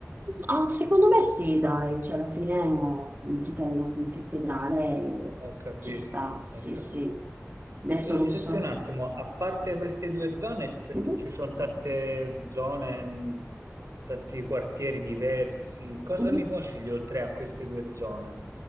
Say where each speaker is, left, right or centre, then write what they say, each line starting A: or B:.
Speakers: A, on the right; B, on the right.
A: Ah, secondo me sì, dai, cioè alla fine eh, tu cammini in cattedrale e
B: Ho capito,
A: ci sta, sì,
B: ho capito.
A: sì. Adesso
B: E
A: non
B: senti
A: so.
B: un attimo, a parte queste due zone, perché
A: Mhm,
B: ci sono tante zone, mh, tanti quartieri diversi, cosa
A: mhm.
B: mi consigli oltre a queste due zone